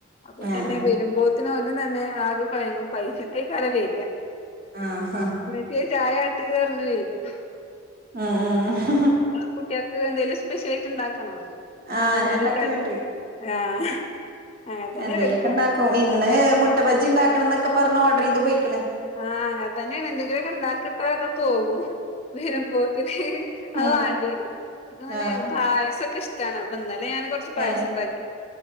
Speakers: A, on the left (about 30°); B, on the right (about 45°).
A: അപ്പൊ
B: ആഹ്
A: പിന്നെ വരുമ്പോ ത്തിന്നും ഓല് തന്നെ ആകെ കൊയങ്ങും പൈച്ചിട്ടായിക്കാരം വര്യ
B: ആഹ്
A: ച്ചിയെ ചായാട്ട് പറഞ്ഞ് വരും
B: ആഹ് ആഹ് ആഹ്
A: കുട്ട്യോൾക്ക് എന്തേലും സ്പെഷ്യലായിട്ട് ഉണ്ടാക്കണോ അങ്ങനെന്തേലൊക്കെ
B: ആഹ് ഞാൻ ഇണ്ടാക്കല്ണ്ട്
A: കടി ആഹ് അങ്ങനെ തന്നെ
B: എന്തേലൊക്കെണ്ടാക്കും
A: ഇവർക്കും
B: ഇന്ന്
A: എന്തെങ്കിലൊക്കെ
B: മുട്ട ബജ്ജി ഇണ്ടാക്കണംന്നൊക്കെ പറഞ്ഞ് ഓർഡറ് ചെയ്ത് പോയിക്കണ്
A: ആഹ് അങ്ങനെതന്നേണ് എന്തെങ്കിലൊക്കെ ഇണ്ടാക്ക്ട്ട പറഞ്ഞ് പോകും വരുമ്പോത്തിന് അത്
B: ഉം
A: വാണ്ടി വരും ഇവർക്കിങ്ങനെ
B: ആഹ്
A: പായസൊക്കെ ഇഷ്ടാണ് അപ്പൊ ഇന്നലെ ഞാൻ കൊറച്ച് പായസണ്ടാക്കി
B: ഏഹ്